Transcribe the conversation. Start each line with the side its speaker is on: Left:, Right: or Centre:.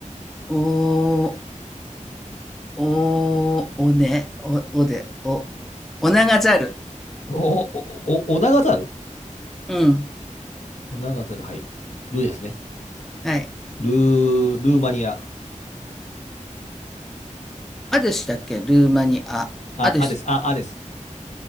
Centre: お、お、おね、お、おで、お、おながざる。
Left: お、お、お、お長猿。
Centre: うん、
Left: お長るはい。ルーですね。
Centre: はい。
Left: ルー、ルーマニア。
Centre: アデュシだっけルーマニア。
Left: あ、
Centre: アデュシ、
Left: あです。あ、あです。